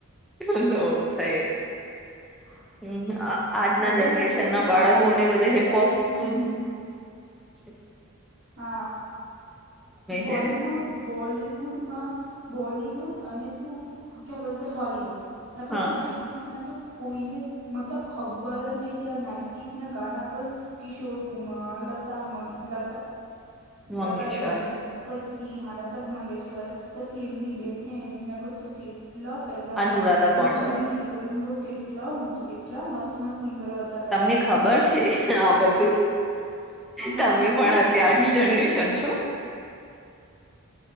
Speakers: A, in the centre; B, on the right.
A: <unintelligible>
B: <inaudible>
A: હમ્મ આજના
B: બઉ
A: જનરેશન
B: ભાઈ
A: ના બાળકોને
B: હાલ
A: બધા
B: એઆઈ
A: હિપહપ. અચ્છ.
B: હ બોલીવુડ
A: છે ને
B: બોલીવુડમાં બોલીવુડ અને શું ક્યા બોલતે હોલીવુડ નખો
A: હા
B: તું નાઇન કોઈને મતલ ખબર જ નહિ આ નાઇન્ટીસ ના ગાના પણ કિશોર કુમાર લતા મ લ લતા
A: મંગેશ્વર
B: દેવી પછી હા તદમંગેશ્વર પછી એમની બે નકર તુંકી ટલા પહેલા
A: અનુરાધા
B: ના
A: પાંડવ
B: સુની દેવલ કેટલા ટલા મસ્ત મસ્ત સિંગરો હતા પહેલાના
A: તમને ખબર છે આ બધું
B: હા મ
A: તમે
B: મ
A: પણ
B: કેમ
A: અત્યારની
B: કે મને
A: જનરેશન છો